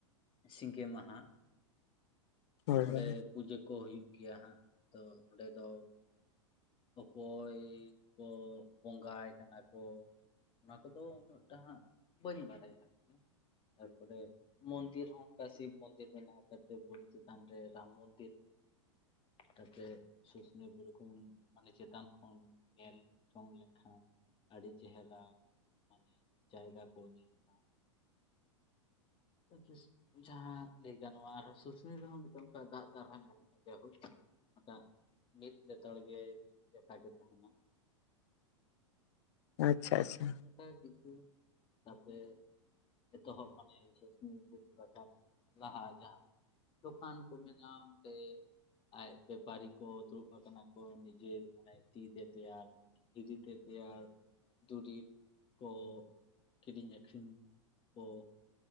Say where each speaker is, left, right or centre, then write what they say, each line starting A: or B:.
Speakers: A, on the left (about 35°); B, on the left (about 60°).
A: ᱥᱤᱸᱜᱮ ᱢᱟᱦᱟ᱾
B: ᱦᱳᱭ
A: ᱚᱸᱬᱮ
B: ᱦᱳᱭ
A: ᱯᱩᱡᱟᱹ ᱠᱚ ᱦᱩᱭᱩᱜ ᱜᱮᱭᱟ ᱦᱟᱸᱜ ᱛᱚ ᱚᱸᱰᱮ ᱫᱚ ᱢᱟᱱᱮ ᱚᱠᱚᱭ ᱠᱚ ᱵᱚᱸᱜᱟᱭ ᱠᱟᱱᱟ ᱠᱚ ᱚᱱᱟ ᱠᱚᱫᱚ ᱩᱱᱟᱹᱜ ᱴᱟᱜ ᱦᱟᱸᱜ ᱵᱟᱹᱧ ᱵᱟᱲᱟᱭᱟ ᱟᱨᱠᱤ᱾ ᱛᱟᱨᱯᱚᱨᱮ ᱢᱚᱱᱫᱤᱨ ᱦᱚᱸ ᱚᱱᱠᱟ ᱥᱤᱵ ᱢᱚᱱᱫᱤᱨ ᱵᱮᱱᱟᱣ ᱠᱟᱛᱮ ᱯᱚᱨᱤᱪᱤᱛ ᱦᱟᱸᱰᱮ ᱨᱟᱢ ᱢᱚᱱᱫᱤᱨ ᱛᱟᱯᱮ ᱥᱩᱥᱩᱱᱤ ᱵᱩᱨᱩ ᱠᱷᱚᱱ ᱢᱟᱱᱮ ᱪᱮᱛᱟᱱ ᱠᱷᱚᱱ ᱧᱮᱞ ᱡᱚᱝ ᱞᱮᱠᱷᱟᱱ ᱟᱹᱰᱤ ᱪᱮᱦᱨᱟ ᱢᱟᱱᱮ ᱡᱟᱭᱜᱟ ᱠᱚ ᱧᱮᱞᱚᱜᱼᱟ᱾ ᱛᱚᱠᱤᱥ ᱡᱟᱦᱟᱸ ᱞᱟᱹᱭ ᱜᱟᱱᱚᱜᱼᱟ ᱟᱨ ᱥᱩᱥᱩᱱᱤ ᱨᱮᱦᱚᱸ ᱢᱤᱫᱴᱮᱱ ᱚᱱᱠᱟ ᱫᱟᱜ ᱫᱟᱨᱦᱟ ᱢᱮᱱᱟᱜᱼᱟ <unintelligible> ᱫᱟᱜ ᱢᱤᱫ ᱞᱮᱛᱟᱲ ᱜᱮ ᱞᱸᱤᱡᱤ ᱟᱠᱟᱭ ᱜᱮ ᱛᱟᱦᱮᱱᱟ
B: ᱟᱪᱷᱟ ᱟᱪᱷᱟ
A: ᱚᱱᱠᱟ ᱠᱤᱪᱷᱩ ᱛᱟᱯᱮ ᱮᱛᱚᱦᱚᱵ ᱢᱟᱱᱮ ᱥᱩᱥᱱᱤ ᱵᱩᱨᱩ ᱨᱟᱠᱟᱵ ᱞᱟᱦᱟ ᱡᱟᱦᱟᱸ ᱫᱚᱠᱟᱱ ᱠᱚ ᱢᱮᱱᱟ ᱚᱸᱰᱮ᱾ ᱟᱡᱛᱮ ᱯᱟᱨᱤ ᱠᱚ ᱫᱩᱲᱩᱵ ᱟᱠᱟᱱᱟ ᱠᱚ ᱱᱤᱡᱮ ᱢᱟᱱᱮ ᱛᱤ ᱛᱮ ᱛᱮᱭᱟᱨ ᱱᱤᱡᱤ ᱛᱮ ᱯᱮᱭᱟᱨ ᱫᱩᱨᱤᱯ ᱠᱚ ᱠᱤᱨᱤᱧ ᱟᱹᱠᱷᱨᱤᱧ ᱠᱚ